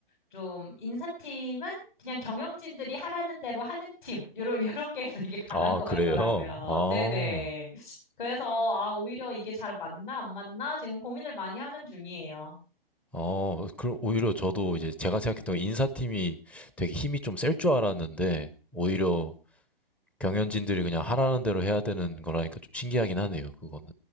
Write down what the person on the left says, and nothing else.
좀 인사팀은 그냥 경영진들이 하라는 대로 하는 팀, 요런, 요런 게 <laughs> 되게 강한
것 같더라고요.
네네. 그래서, 아, 오히려 이게 잘 맞나, 안 맞나? 지금 고민을 많이 하는 중이에요.